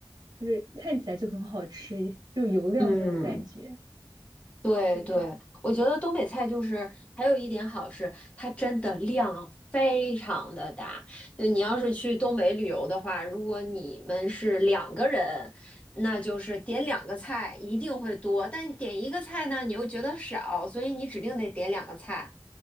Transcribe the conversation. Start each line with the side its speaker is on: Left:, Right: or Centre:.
Right: 就是看起来就很好吃，就油亮的那种感觉。
Left: 嗯。对对，
Right: 对，
Left: 我觉得东北菜就是还有一点好是，它真的量非常的大。就你要是去东北旅游的话，如果你们是两个人，那就是点两个菜一定会多，但点一个菜呢，你又觉得少，所以你指定得点两个菜。